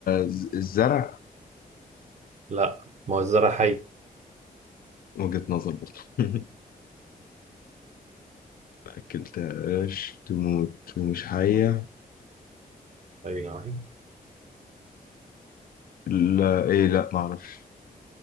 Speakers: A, on the left (about 70°); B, on the right (about 50°).
A: الز- الزرع
B: لا ما هو الزرع حي
A: وجهة نظر برضه <laughs> ما أكلتهاش تموت ومش حية
B: اي نعم
A: لا إيه لا معرفش